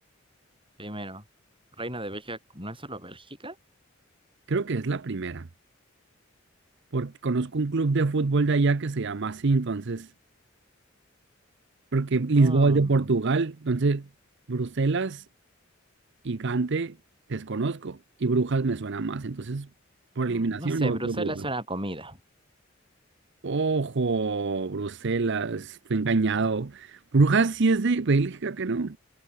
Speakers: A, on the right; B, on the right.
A: Primero, ¿Reino de Bélgica no es solo Bélgica?
B: Creo que es la primera. porque conozco un club de fútbol de allá que se llama así, entonces, porque Lisboa
A: Mm.
B: es de Portugal, entonces Bruselas y Gante desconozco y Brujas me suena más, entonces por
A: Mm,
B: eliminación
A: No sé,
B: me voy
A: Bruselas
B: por Brujas.
A: es una comida.
B: Ojo, Bruselas, fui engañado. Brujas sí es de Bélgica, que no.